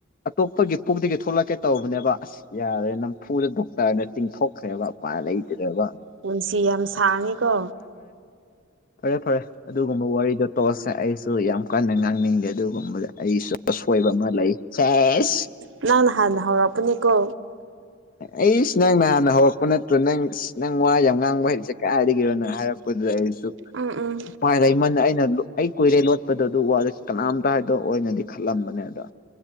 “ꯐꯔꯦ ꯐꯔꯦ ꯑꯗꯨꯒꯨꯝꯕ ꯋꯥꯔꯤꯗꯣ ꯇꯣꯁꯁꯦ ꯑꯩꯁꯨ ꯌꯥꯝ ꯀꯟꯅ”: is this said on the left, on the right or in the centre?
Left